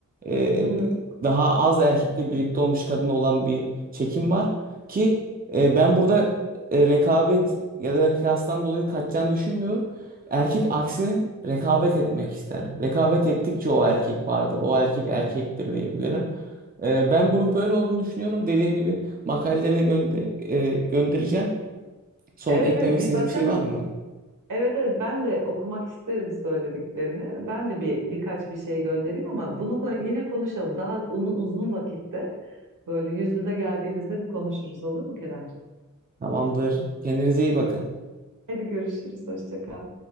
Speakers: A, on the right; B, on the right.
A: e,
B: Hı hı.
A: daha az erkekle birlikte olmuş kadın olan bir çekim var ki e, ben burada e, rekabet ya da kıyastan dolayı kaçacağını düşünmüyorum. Erkek aksine rekabet etmek ister. Rekabet ettikçe o erkek vardır. O erkek erkektir diyebilirim. Ee, ben bunu böyle olduğunu düşünüyorum. Dediğim gibi makaleleri gönder- e, göndereceğim. Son
B: Evet
A: eklemek
B: evet bir
A: istediğiniz
B: bakalım.
A: bir şey var mı?
B: Evet evet ben de okumak isterim söylediklerini. Ben de bir birkaç bir şey göndereyim ama bunu ko- yine konuşalım. Daha unu- uzun vakitte böyle yüz yüze geldiğimizde bir konuşuruz olur mu Keremciğim?
A: Tamamdır. Kendinize iyi bakın.
B: Hadi görüşürüz. Hoşça kal.